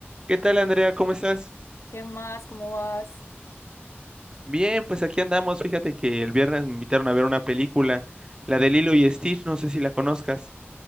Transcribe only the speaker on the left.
¿Qué más? ¿Cómo vas?